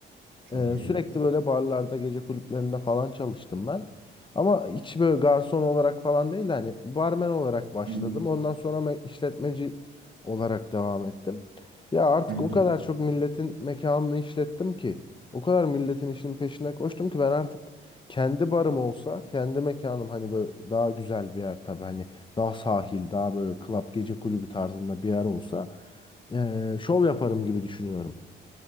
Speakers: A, on the right; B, on the left.
A: Çok
B: Ee,
A: iyi.
B: sürekli böyle barlarda, gece kulüplerinde falan çalıştım ben. Ama hiç böyle garson olarak falan değil de hani barmen olarak başladım.
A: Hı
B: Ondan sonra me- işletmeci olarak devam ettim. Ya artık
A: hı.
B: o kadar çok milletin mekanını işlettim ki, o kadar milletin işinin peşine koştum ki ben artık kendi barım olsa, kendi mekanım hani böyle daha güzel bir yer tabii hani daha sahil, daha böyle club gece kulübü tarzında bir yer olsa eee, şov yaparım gibi düşünüyorum.